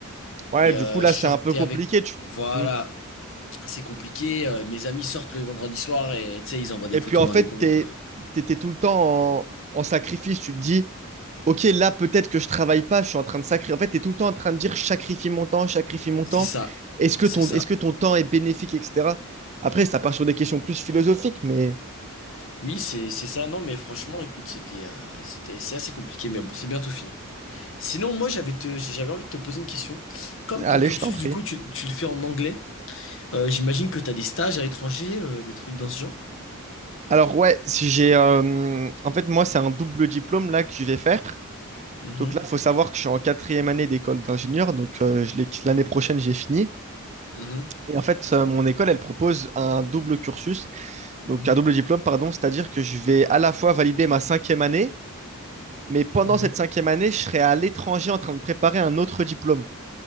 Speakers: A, on the right; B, on the left.
A: Ouais,
B: Et
A: du
B: euh,
A: coup, là,
B: je sortais
A: c'est un peu compliqué.
B: avec.
A: tu-
B: Voilà,
A: Hmm.
B: c'est compliqué. euh, mes amis sortent le vendredi soir et tu sais, ils envoient des
A: Et
B: photos
A: puis, en
B: dans
A: fait,
B: les groupes.
A: t'es,
B: euh.
A: t'étais tout le temps en, en sacrifice. Tu te dis, OK, là, peut-être que je travaille pas, je suis en train de sacrifier. En fait, t'es tout le temps en train de dire, je sacrifie mon temps, je sacrifie mon
B: C'est
A: temps.
B: ça,
A: Est-ce que
B: c'est
A: ton,
B: ça.
A: est-ce que ton temps est bénéfique, etc. Après, ça part sur des questions plus philosophiques, mais
B: Oui, c'est c'est ça. Non, mais franchement, écoute, c'était euh, c'était c'est assez compliqué, mais bon, c'est bientôt fini. Sinon, moi, j'avais te- j'avais envie de te poser une question. Comme
A: allez,
B: ton cursus,
A: je t'en prie.
B: du coup, tu, tu le fais en anglais, euh, j'imagine que tu as des stages à l'étranger, euh, des trucs dans ce genre?
A: Alors, ouais, si j'ai, euh, en fait, moi, c'est un double diplôme là que je vais faire.
B: Mhm.
A: Donc là, il faut savoir que je suis en quatrième année d'école d'ingénieur. Donc euh, je l'ai- l'année prochaine, j'ai fini.
B: Mhm,
A: Et en fait, euh, mon école, elle propose un double cursus, donc
B: mhm,
A: un double diplôme, pardon. C'est-à-dire que je vais à la fois valider ma cinquième année, mais pendant
B: mhm.
A: cette cinquième année, je serai à l'étranger en train de préparer un autre diplôme.